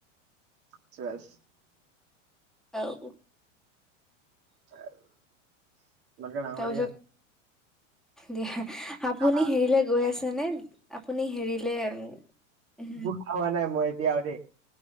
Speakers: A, on the right; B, in the centre.
A: <unintelligible>
B: অও।
A: <unintelligible> তোমাতকে ডাঙৰ
B: তাৰপিছত
A: দিয়া।
B: দিয়া। আপুনি
A: দাদা
B: হেৰিলে গৈ আছে নে। আপুনি হেৰিলে-
A: বুঢ়া হোৱা নাই মই এতিয়া আৰু দেই